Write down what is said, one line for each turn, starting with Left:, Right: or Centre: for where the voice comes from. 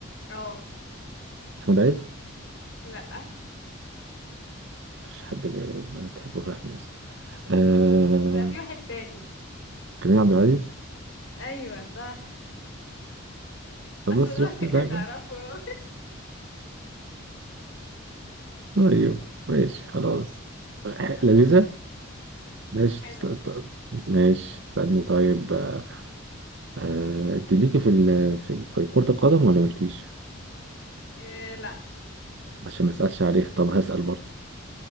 Left: اه
Right: أحمد عز
Left: لا
Right: مفيش حد ب- البنات بتحبه غير أحمد عز آه...
Left: لا في واحد تاني
Right: كريم عبد العزيز
Left: ايوه صح
Right: بص
Left: اصلا ده
Right: شفت
Left: الوحيد
Right: اللعبة
Left: اللي اعرفه <laughs>
Right: طيب ماشي خلاص
Left: اسال
Right: لذيذة
Left: انا بقى
Right: ماشي
Left: حلو
Right: تست... ت- ماشي استنى طيب آه... آه، أنت ليكي في ال... في ال- في كرة القدم ولا مالكيش؟
Left: إيه لا
Right: عشان ما أسألش عليها طب هسأل برضه